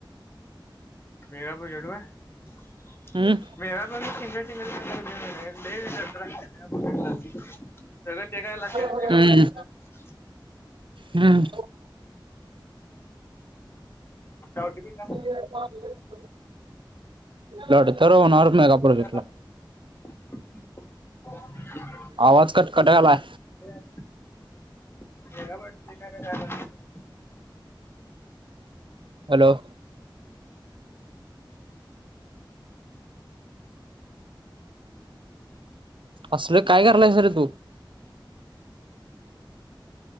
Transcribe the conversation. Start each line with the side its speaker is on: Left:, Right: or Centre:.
Left: मेगा बागीतलो काय <unintelligible>
Right: हम्म.
Left: <unintelligible> सगळं ते काय लागते ते
Right: हम्म
Left: मेगा प्रोजेक्टच.
Right: हम्म
Left: ओ टी पी सांग,
Right: <unintelligible> लडतर होणार मेगा प्रोजेक्ट
Left: ते काय लागतंय
Right: ला,
Left: <unintelligible>
Right: आवाज कटकट यालय.
Left: मेगा <unintelligible>
Right: हॅलो असल काय करालायस रे तू?